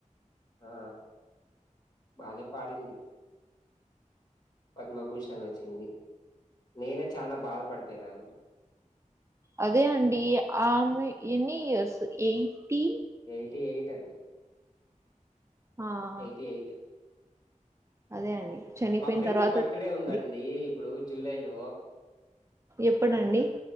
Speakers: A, on the left; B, on the right.
A: ఆ బానే పాడింది పద్మభూషణ్ వచ్చింది నేనే చానా బాధపడిపోయినానండి.
B: అదే అండీ ఆమె ఎన్నీ ఇయర్స్ ఎయిటీ.
A: ఎయిటీ ఎయిట్ అండి
B: ఆ ఆ!
A: ఎయిటీ ఎయిట్
B: అదే అండి చనిపోయిన
A: మా ఫ్రెండ్
B: తర్వాత
A: ది బర్త్
B: తెలిసింది.
A: డే ఉందండీ ఇప్పుడూ జూలై లో.
B: ఎప్పుడండి